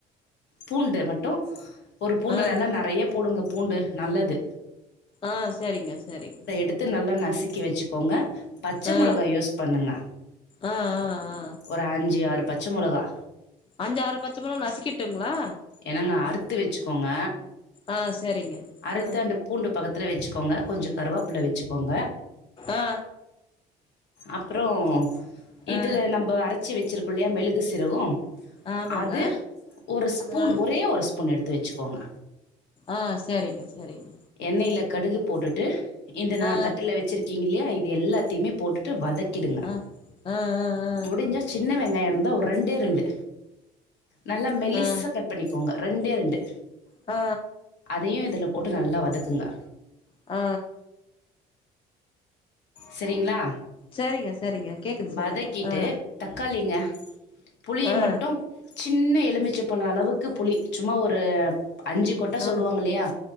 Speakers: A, on the left (about 60°); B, on the left (about 25°).
A: பூண்டு மட்டு ஒரு பூண்டு
B: ஆ
A: நல்லா நெறைய போடுங்க பூண்டு நல்லது
B: ஆ சேரிங்க சேரிங்
A: எட்த்து நல்லா நசுக்கி வச்சுக்கோங்க பச்ச
B: ஆ
A: மொளகா யூஸ் பண்ணுங்க
B: ஆ ஆ ஆ
A: ஒரு அஞ்சு ஆறு பச்ச மொளகா
B: அஞ்சு ஆறு பச்ச மெலகா நசிக்கிட்டுங்களா
A: என்னங்க அறுத்து வச்சுக்கோங்க
B: ஆ செரிங்க
A: அறுத்து
B: ஆ
A: அந்த பூண்டு பக்கதுல வெச்சுக்கோங்க கொஞ்சோ கருவேப்பிள வெச்சுக்கோங்க
B: ஆ
A: அப்ரோ இதுல
B: ஆ
A: நம்ம அரச்சி வெச்சிருக்கோ இல்லயா மெழுகு சீரகோ
B: ஆமாங்க
A: அது ஒரு ஸ்பூன்
B: ஆ
A: ஒரே ஒரு ஸ்பூன் எடுத்து வச்சுக்கோங்க
B: ஆ சேரிங்க சேரிங்க
A: எண்ணெயில கடுகு போட்டுட்டு இந்த நா
B: ஆ
A: தட்டுல வச்சிருக்கீங்கல்லையா இது எல்லாத்தையுமே போட்டுட்டு வதக்கிடுங்க
B: ஆ ஆ ஆ
A: முடிஞ்சா சின்ன வெங்காயோ இருந்தா ஒரு ரெண்டே ரெண்டு நல்லா மெலிசா
B: ஆ ஆ
A: கட் பண்ணிக்கோங்க ரெண்டே ரெண்டு
B: ஆ
A: அதயு இதுல போட்டு நல்லா வதக்குங்க
B: ஆ
A: சரிங்களா
B: சரிங்க சரிங்க கேக்குது
A: வதக்கிட்டு
B: சொல்லுங்க ஆ
A: தக்காளிங்க புளிய
B: ஆ
A: மட்டு சின்ன எலுமிச்ச பழ அளவுக்கு புளி சும்மா ஒரு அஞ்சு கொட் ட சொல்லுவாங்க
B: ஆ
A: இல்லையா